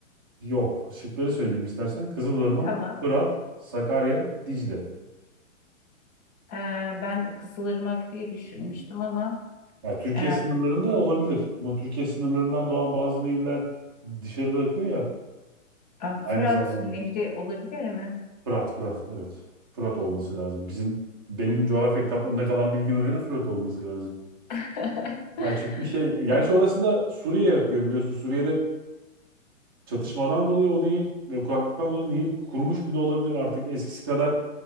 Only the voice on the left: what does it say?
Tamam.
E, ben Kızılırmak diye düşünmüştüm ama
e,
e,
Fırat
Nehri olabilir mi?
<laughs>
Anladım.